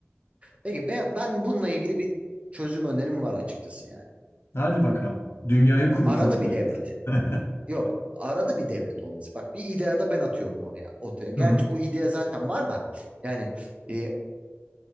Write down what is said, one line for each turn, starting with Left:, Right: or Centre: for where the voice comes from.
Right: Peki ben, ben bununla ilgili bir çözüm önerim var açıkçası yani.
Left: Hadi bakalım. Dünyayı kur
Right: Arada
Left: kurtaracağız.
Right: bir devlet.
Left: <laughs>
Right: Yok. Arada bir devlet olması. Bak bir idea da ben atıyorum oraya. Ortaya. Gerçi
Left: Hı hı.
Right: bu idea zaten var da yani e,